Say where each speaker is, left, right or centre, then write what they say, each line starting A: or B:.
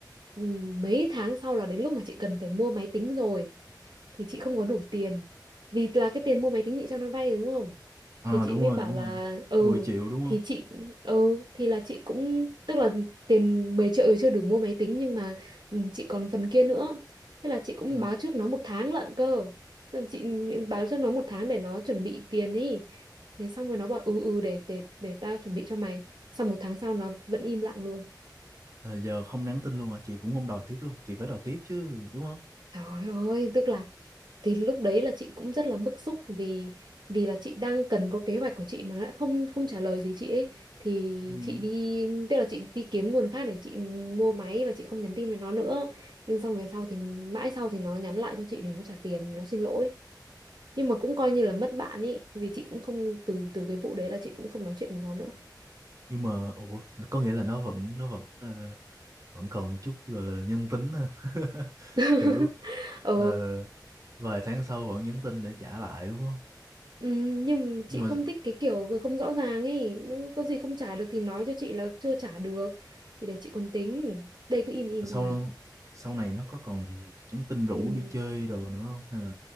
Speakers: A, on the right (about 75°); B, on the right (about 45°).
A: ừ, mấy tháng sau là đến lúc mà chị cần phải mua máy tính rồi thì chị không có đủ tiền. Vì là cái tiền mua máy tính chị cho nó vay đúng không?
B: ờ
A: thì chị
B: đúng
A: mới
B: rồi
A: bảo
B: đúng
A: là
B: rồi
A: ừ
B: 10 triệu đúng không
A: thì chị ừ thì là chị cũng tức là tiền 10 triệu thì chưa đủ mua máy tính nhưng mà ừ, chị còn phần kia nữa thế là chị cũng
B: ừ
A: báo trước nó một tháng lận cơ Tức là chị báo trước nó một tháng để nó chuẩn bị tiền ý thế xong rồi nó bảo ừ ừ để để để tao chuẩn bị cho mày xong một tháng sau nó vẫn im lặng luôn
B: là giờ không nhắn tin luôn à chị cũng không đòi tiếp luôn chị phải đòi tiếp chứ đúng không
A: Trời ơi, tức là thì lúc đấy là chị cũng rất là bức xúc vì vì là chị đang cần có kế hoạch của chị mà nó lại không không trả lời gì chị ấy thì
B: ừ
A: chị đi tức là chị đi kiếm nguồn khác để chị mua máy và chị không nhắn tin với nó nữa nhưng xong về sau thì mãi sau thì nó nhắn lại cho chị thì nó trả tiền nó xin lỗi nhưng mà cũng coi như là mất bạn ấy vì chị cũng không từ từ cái vụ đấy là chị cũng không nói chuyện với nó nữa
B: nhưng mà ủa có nghĩa là nó vẫn nó vẫn ờ, vẫn còn chút gọi là nhân tính ha <laughs>
A: <laughs>
B: kiểu
A: ừ
B: ờ, vài tháng sau vẫn nhắn tin để trả lại đúng không
A: Ừ, nhưng mà
B: nhưng
A: chị
B: mà
A: không thích cái kiểu không rõ ràng ấy Nên có gì không trả được thì nói cho chị là chưa trả được thì để chị còn tính đây cứ im im
B: sau
A: im
B: sau này nó có còn nhắn tin rủ
A: ừ,
B: đi chơi đồ nữa không hay là